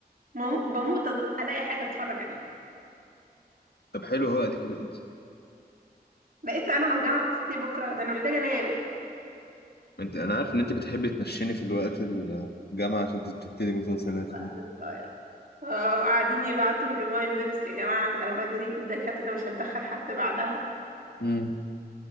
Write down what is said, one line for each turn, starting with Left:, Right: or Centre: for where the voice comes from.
Right: مو- بموت أض- الاقي حاجه اتفرج عليها
Left: طب حلو هو اديك لقيت
Right: لقيت انا والجامعه بتشتي بكره ده انا محتاجه انام
Left: انت انا عارف ان انت بتحبي تنشيني في الوقت الجامعه عشان تبتدي مسلسلات
Right: وقفت ضايع آه، قاعدين يبعتوا ريمايندرز يا جماعه تعالوا بدري الدكاتره مش هتدخل حد بعدها
Left: امم